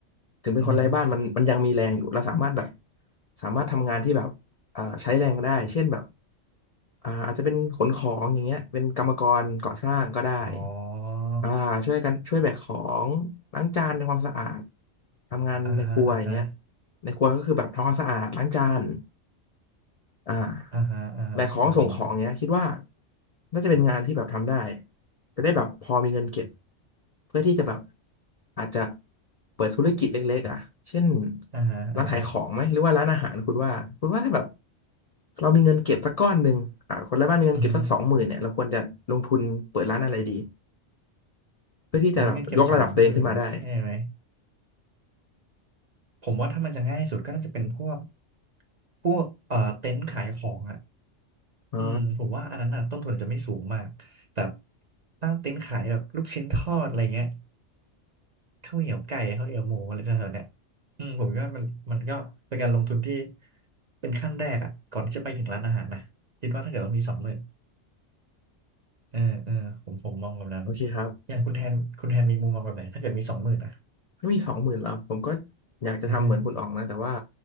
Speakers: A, on the left; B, on the right.
A: ถึงเป็นคนไร้บ้านมันมันยังมีแรงอยู่เราสามารถแบบ
B: อือหือ
A: สามารถทำงานที่แบบอ่าใช้แรงได้เช่นแบบอ่าอาจจะเป็นขนของอย่างเงี้ยเป็นกรรมกรก่อสร้างก็ได้
B: อ๋อ
A: อ่าช่วยกันช่วยแบกของล้างจานทำความสะอาดทำงานในครัวอย่างเงี้ย
B: อ่าฮะอ่าฮะ
A: ในครัวก็คือแบบทำความสะอาดล้างจาน อ่า
B: อ่าฮะอ่าฮะอ่าฮะ
A: แบกของส่งของเนี้ยคิดว่าน่าจะเป็นงานที่แบบทำได้จะได้แบบพอมีเงินเก็บเพื่อที่จะแบบอาจจะเปิดธุรกิจเล็กๆอ่ะเช่น
B: อ่าฮะอ่าฮะ
A: ร้านขายของไหมหรือว่าร้านอาหารคุณว่าคุณว่าถ้าแบบเรามีเงินเก็บสักก้อนหนึ่งอ่าคนละบ้านมีเงินเก็บสักสองหมื่นเนี่ยเราควรจะลงทุนเปิดร้านอะไรดี
B: อือหือ
A: เพื่อที่จะแบบยกระดับตัวเองขึ้นมาได้
B: ผมมีเงินเก็บสองหมื่นใช่ไหมผมว่าถ้ามันจะง่ายสุดก็น่าจะเป็นพวกพวกเอ่อเต็นท์ขายของอ่ะ
A: อ๋อ
B: อืมผมว่าอันนั้นน่ะต้นทุนอาจจะไม่สูงมากแบบตั้งเต็นท์ขายแบบลูกชิ้นทอดอะไรเงี้ย ข้าวเหนียวไก่ข้าวเหนียวหมูอะไรแถวๆเนี่ยอืมผมก็มันมันก็เป็นการลงทุนที่เป็นขั้นแรกอ่ะก่อนที่จะไปถึงร้านอาหารนะคิดว่าถ้าเกิดว่ามีสองหมื่นเออเออผมผมมองแบบนั้น
A: โอเคครับ
B: อย่างคุณแทนคุณแทนมีมุมมองแบบไหนถ้าเกิดมีสองหมื่นอ่ะ
A: มีสองหมื่นแล้วผมก็อยากจะทำเหมือนคุณอ๋องนะแต่ว่า
B: อือฮึ